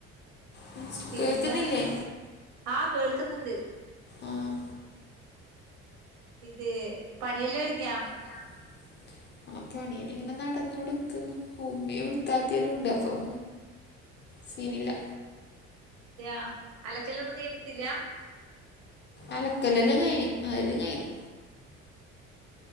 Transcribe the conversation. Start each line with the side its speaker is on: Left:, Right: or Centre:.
Left: മനസ്സി-
Right: പിന്നെ
Left: കേൾക്കുന്നില്ലേ
Right: ആഹ് കേൾക്ക്ന്ന്ണ്ട്
Left: ആഹ്
Right: ഇത് പണിയെല്ലാം ഒരുങ്ങിയാ
Left: <unintelligible> ആ പണിയില് ഇങ്ങനെ നടന്ന് കൊടുക്ക്ന്ന് ഉമ്മിയും ഉഴുത്താത്തില്ലാം ഉണ്ട് അപ്പം സീനില്ല
Right: അതെയാ അലക്കലൊന്നും കഴിഞ്ഞിട്ടില്ല
Left: അലക്കലെല്ലാം കഴിഞ്ഞ് അതെല്ലാം കഴിഞ്ഞ്